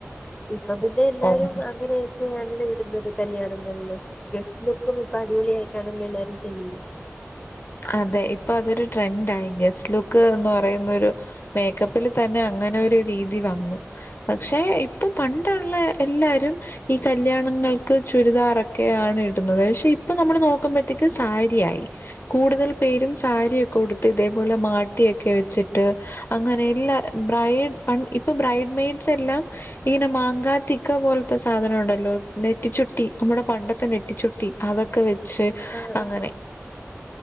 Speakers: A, on the left; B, on the left.
A: ഇപ്പം പിന്നെ അതെ എല്ലാരും
B: ഓഹ്
A: അങ്ങനെ നെയാണല്ലോ ഇടുന്നത് കല്യാണങ്ങളില് ഗസ്റ്റ് ലുക്കും ഇപ്പൊ അടിപൊളി ആയിട്ടാണല്ലോ എല്ലാരും ചെയ്യുന്ന.
B: അതെ ഇപ്പൊ അതൊരു ട്രെൻന്റായി ഗസ്റ്റ് ലുക്ക് എന്ന് പറയുന്നൊരു മേക്കപ്പില് തന്നെ അങ്ങനെ ഒരു രീതി വന്നു. പക്ഷേ ഇപ്പം പണ്ടുള്ള എല്ലാവരും ഈ കല്യാണങ്ങൾക്ക് ചുരിദാറൊക്കെയാണ് ഇടുന്നത് പക്ഷെ ഇപ്പൊ നമ്മള് നോക്കുമ്പോഴത്തേ ഇപ്പ സാരിയായി കൂടുതൽ പേരും സാരിയൊക്കെ ഉടുത്ത് ഇതേപോലെ മാട്ടിയൊക്കെ വെച്ചിട്ട് അങ്ങനെ എല്ലാ ബ്രൈഡ് പ ഇപ്പൊ ബ്രൈഡ് മെയഡസ് എല്ലാം ഇങ്ങനെ മാങ്കാത്തിക്ക പോലത്തെ സാധനം ഉണ്ടല്ലോ നെറ്റിച്ചുട്ടി ന മ്മുടെ പണ്ടത്തെ നെറ്റിച്ചുട്ടി. അതൊക്കെ വെച്ച്
A: ആഹ്
B: അങ്ങനെ
A: ആഹ്